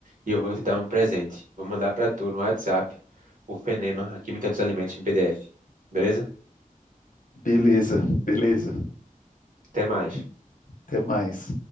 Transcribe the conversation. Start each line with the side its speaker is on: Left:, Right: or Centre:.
Right: e eu vou te dar um presente. Vou mandar para tu no WhatsApp o Fenema, a Química dos Alimentos em PDF. Beleza?
Left: Beleza, beleza.
Right: Até mais.
Left: Até mais.